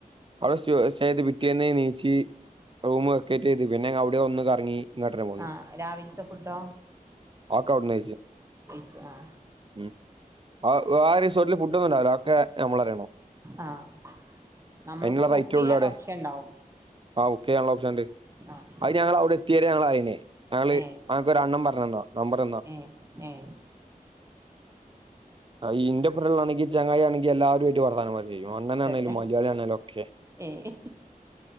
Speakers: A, on the right; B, on the right.
A: അവിടെ <unintelligible> വിട്ടിയ <unintelligible> <unintelligible> റൂം വെക്കേറ്റ്ചെയ്തു പിന്നെ അവിടെ ഒന്ന് കറങ്ങി ഇങ്ങോട്ടന്ന പോന്ന്
B: ആഹ് രാവിലത്തെ ഫുഡോ
A: ആക്കെ അവിടന്ന് കയ്ച്ച്
B: കഴിച്ചു ആഹ്
A: ഉം ആഹ് ആ റിസോർട്ടിൽ ഫുഡൊന്നും ഉണ്ടാവൂല ഒക്കെ നമ്മൾ അറിയണം
B: ആഹ് നമ്മൾക്ക്
A: അയിനുള്ള റൈറ്റേ
B: കുക്ക് ചെയ്യാനുള്ള
A: ഉള്ളു ആടെ
B: ഓപ്ഷൻ ഉണ്ടാവും
A: ആഹ് കുക്കെയാനുള്ള ഓപ്ഷൻണ്ട്
B: ആഹ്
A: അത് ഞങ്ങള് അവിടെ എത്തിയരെ ഞങ്ങൾ ആയിന് ഞങ്ങള്
B: ഏഹ്
A: ഞങ്ങൾക്കൊരണ്ണൻ പറഞ്ഞന്നെതാ നമ്പറന്നതാ
B: ഏഹ് ഏഹ്
A: ഈ ഇന്റെഒപ്പരം ഉള്ളതാണെങ്കിൽ ചെങ്ങായി ആണെങ്കി എല്ലാവരുആയിട്ട് വർത്താനം പറയും അണ്ണനാണേലും
B: തന്നെ
A: മലയാളി ആണേലും ഒക്കെ
B: ഏഹ്